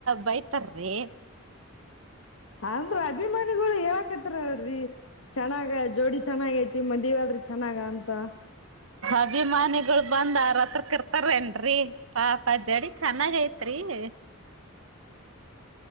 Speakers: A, on the right; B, on the left.
A: ಬೈತಾರಿ
B: ಅಂದ್ರ ಅಭಿಮಾನಿಗಳು ಯಾವ ಹಾಕತ್ತ್ರಿ ಚೆನ್ನಾಗ ಜೋಡಿ ಚೆನ್ನಾಗ ಐತಿ ಮದಿವವ ಆದ್ರಿ ಚೆನ್ನಾಗ ಅಂತ
A: ಅಭಿಮಾನಿಗಳು ಬಂದ್ ಅವರ ಹತ್ರ ಕ ಇರ್ತಾರೇನ್ರಿ <inaudible> ಪಾಪ ಜಡಿ ಚೆನ್ನಾಗ್ ಐತ್ರಿ <inaudible>